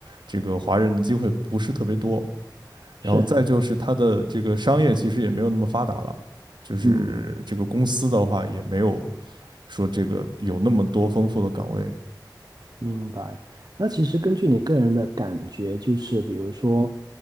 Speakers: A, on the right; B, on the right.
A: 这个华人的机会不是特别多。然后再就是它的这个商业其实也没有那么发达了，
B: 是，
A: 就是这个公司的话也没有
B: 嗯，
A: 说这个有那么多丰富的岗位。
B: 明白。那其实根据你个人的感觉，就是比如说，